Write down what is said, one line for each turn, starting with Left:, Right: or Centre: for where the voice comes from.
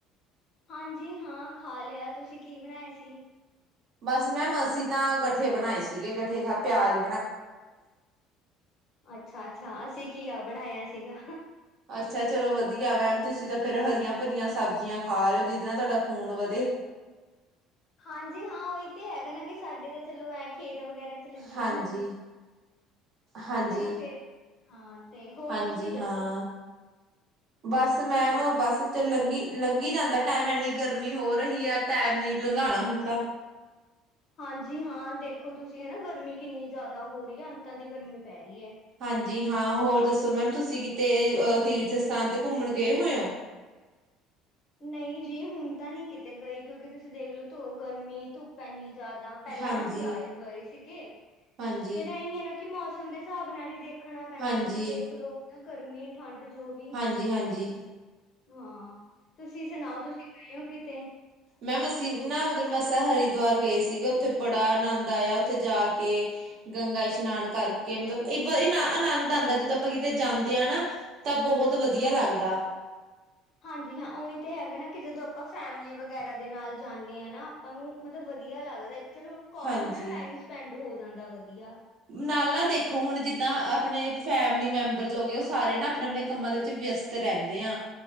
Left: ਹਾਂਜੀ ਹਾਂ ਖਾ ਲਿਆ, ਤੁਸੀਂ ਕੀ ਬਣਾਇਆ ਸੀ?
Right: ਬਸ ਮੈਂਮ ਅਸੀ ਤਾਂ ਗੱਠੇ ਬਣਾਏ ਸੀਗੇ, ਗੱਠੇ ਖਾ ਪਿਆਜ਼
Left: ਅੱਛਾ ਅੱਛਾ, ਅਸੀਂ ਘੀਆ ਬਣਾਇਆ ਸੀਗਾ।
Right: ਅੱਛਾ ਚਲੋ ਵਧੀਆ ਮੈਮ, ਤੁਸੀਂ ਤਾਂ ਫੇਰ ਹਰੀਆਂ ਭਰੀਆਂ ਸਬਜ਼ੀਆਂ ਖਾ ਰਹੇ ਹੋ, ਜਿਹਦੇ ਨਾਲ ਤੁਹਾਡਾ ਖੂਨ ਵਧੇ।
Left: ਹਾਂਜੀ ਹਾਂ ਉਹੀ ਤੇ ਹੈਗਾ ਨਾ ਕਿ ਸਾਡੇ ਤਾਂ ਚਲੋਂ ਐ ਖੇਤ ਵਗੈਰਾ 'ਚ ਲੱਗੀਆਂ
Right: ਹਾਂਜੀ
Left: ਹੁੰਦੀਆਂ।
Right: ਹਾਂਜੀ।
Left: ਨਾ ਫੇਰ ਹਾਂ ਤੇ ਹੋਰ
Right: ਹਾਂਜੀ
Left: ਤੁਸੀਂ ਦੱਸੋਂ?
Right: ਹਾਂ ਬਸ ਮੈਂਮ
Left: ਦੱਸੋ?
Right: ਬਸ ਚ ਲੰਘ ਲੰਘੀ ਜਾਂਦਾ ਟੈਮ, ਐੰਨੀ ਗਰਮੀ ਹੋ ਰਹੀ ਐ ਟੈਮ ਨੇ ਹੀ ਲੰਘਾਉਣਾ ਹੁਣ ਤਾਂ।
Left: ਹਾਂਜੀ ਹਾਂ ਦੇਖੋਂ ਤੁਸੀਂ ਹਨਾ ਗਰਮੀ ਕਿੰਨੀ ਜ਼ਿਆਦਾ ਹੋ ਰਹੀ ਐ, ਅੰਤਾਂ ਦੀ ਗਰਮੀ ਪੈ ਰਈ ਐ।
Right: ਹਾਂਜੀ ਹਾਂ ਹੋਰ ਦੱਸੋਂ ਮੈਮ, ਤੁਸੀਂ ਕਿਤੇ ਤੀਰਥ ਸਥਾਨ ਤੇ ਘੁੰਮਣ ਗਏ ਹੋਏ ਹੋ?
Left: ਨਈ ਜੀ, ਹੁਣ ਤਾਂ ਨੀ ਕਿਤੇ ਗਈ, ਕਿਉਂਕਿ ਤੁਸੀਂ ਦੇਖ ਲਓ ਧੁ ਗਰਮੀ ਧੁੱ ਪ ਆਨੀ ਜ਼ਿਆਦਾ, ਪਹਿਲਾਂ
Right: ਹਾਂਜੀ।
Left: ਜਾਏ ਗਏ ਸੀਗੇ
Right: ਹਾਂਜੀ,
Left: ਫੇਰ ਐਈ ਐ ਨਾ ਕਿ ਮੌਸ ਮੌਸਮ ਦੇ ਹਿਸਾਬ ਨਾਲ ਹੀ ਦੇਖਣਾ ਪੈਂਦਾ,
Right: ਹਾਂਜੀ,
Left: ਕਿਉਂਕਿ ਦੇਖ ਲੋੋ ਹਨ ਨਾ ਗਰਮੀ ਠੰਡ ਜੋ ਵੀ
Right: ਹਾਂਜੀ, ਹਾਂਜੀ
Left: ਹਾਂ, ਤੁਸੀਂ ਸੁਣਾਓ ਤੁਸੀਂ ਗਏ ਹੋ ਕਿਤੇ?
Right: ਮੈਂਮ ਅਸੀ ਨਾ ਮਤਲਬ ਅਸਾ ਹਰਿਦੁਆਰ ਗਏ ਸੀਗੇ, ਉੱਥੇ ਬੜਾ ਆਨੰਦ ਆਇਆ ਉੱਥੇ ਜਾ ਕੇ ਗੰਗਾ ਇਸ਼ਨਾਨ ਕਰ ਕੇ ਮਤਲਬ ਇਬ ਆਨੰਦ ਆਦਾ ਜਦੋਂ ਆਪਾਂ ਕਿਤੇ ਜਾਂਦੇ ਹਾਂ ਨਾ ਤਾਂ ਬਹੁਤ ਵਧੀਆ ਲੱਗਦਾ।
Left: ਦਾ। ਹਾਂਜੀ ਹਾਂ ਉਹੀ ਤੇ ਹੈਗਾ ਨਾ ਕਿ ਜਦੋਂ ਆਪਾਂ ਫੈਮਿਲੀ ਵਗੈਰਾ ਦੇ ਨਾਲ ਜਾਂਨੇ ਆ ਨਾ ਆਪਾਂ ਨੂੰ ਮਤਲਬ ਵਧੀਆ ਲੱਗਦਾ। ਇੱਕ ਚਲੋ ਕ
Right: ਹਾਂਜੀ।
Left: ਹੈ ਟਾਈਮ ਸਪੈਂਡ ਹੋ ਜਾਂਦਾ ਵਧੀਆ।
Right: ਨਾਲ ਨਾ ਦੇਖੋ ਹੁਣ ਜਿੱਦਾਂ ਆਪਣੇ ਫੈਮਿਲੀ ਮੈਂਬਰ- ਜੋ ਗਏ। ਉਹ ਸਾਰੇ ਨਾ ਆਪਣੇ ਆਪਣੇ ਕੰਮਾਂ ਦੇ ਵਿੱਚ ਵਿਅਸਤ ਰਹਿੰਦੇ ਆ